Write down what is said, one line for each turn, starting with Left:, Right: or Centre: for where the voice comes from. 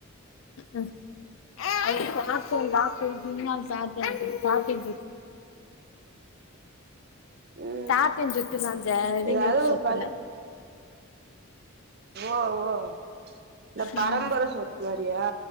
Left: ம் அது சும்மாக்கு பார்பேன் சும்மா பாத்தேன் அப்டி பாத்துகிட்ருக்கு
Right: ம்
Left: தாத்தே சொத்து தாந்த இவெங்கள்ட்டு
Right: ஏதாவது
Left: சொத்துல்ல
Right: ஒரு வழி ஓ ஓ இந்த பரம்பர
Left: ம்
Right: சொத்து மாரியா